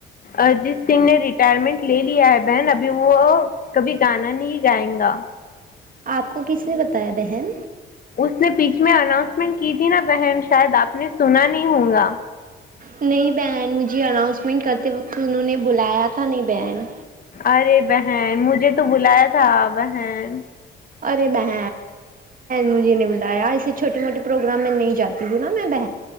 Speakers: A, on the left (about 45°); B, on the right (about 45°).
A: ارجیت سنگھ نے ریٹائرمنٹ لے لیا ہے بہن ابھی وہ کبھی گانا نہیں گائے گا
B: آپ کو کس نے بتایا بہن
A: اس نے بیچ میں اناؤنسمنٹ کی تھی نا بہن شاید آپ نے سنا نہیں ہوگا
B: نہیں بہن مجھے اناؤنسمنٹ کرتے وقت انہوں نے بلایا تھا نہیں بہن
A: ارے بہن مجھے تو بلایا تھا صاب ہےن
B: ارے بن مجھے نے بلایا ایے چھوٹے موٹے پروگرام میں نہیں جاتی ہوں نا میں ب